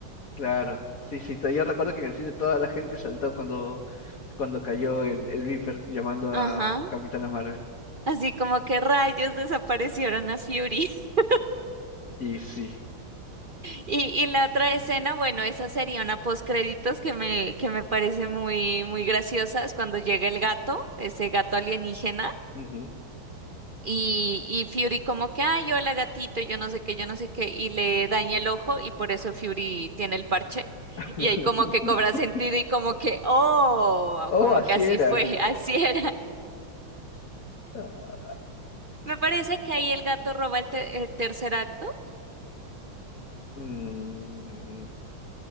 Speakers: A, on the left; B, on the right.
A: Claro, sí, sí, to- yo recuerdo que en el cine toda la gente saltó cuando, cuando cayó el, el Viper llamando a
B: Ajá.
A: Capitana Marvel.
B: Así como que rayos desaparecieron a Fury. <laughs>
A: Y sí.
B: Y, y la otra escena, bueno, esa sería una postcréditos que me, que me parece muy, muy graciosa, es cuando llega el gato, ese gato alienígena.
A: ujú.
B: Y, y Fury como que, ay, hola gatito, yo no sé qué, yo no sé qué, y le daña el ojo y por eso Fury tiene el parche.
A: <laughs>
B: Y ahí como que cobra sentido y como que, oh,
A: Oh,
B: como
A: así
B: que así
A: era.
B: fue, <laughs> así era.
A: Ah,
B: Me parece que ahí el gato roba el, te- el tercer acto,
A: mm,